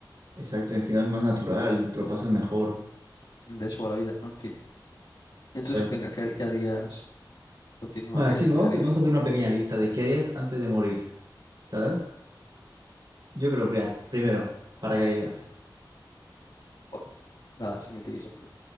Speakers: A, on the right; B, on the left.
A: Exacto, y encima es más natural, te lo pasas mejor,
B: De eso va la vida, en fin. Entonces,
A: ¿sabes?
B: venga, ¿qué, qué harías? Continúa,
A: Vale,
B: ¿qué
A: sí, vamos,
B: harías?
A: vamos a hacer una pequeña lista de qué harías antes de morir, ¿sabes? Yo creo, mira, primero, paracaídas.
B: Buah, Nada, eso es mitiquísimo.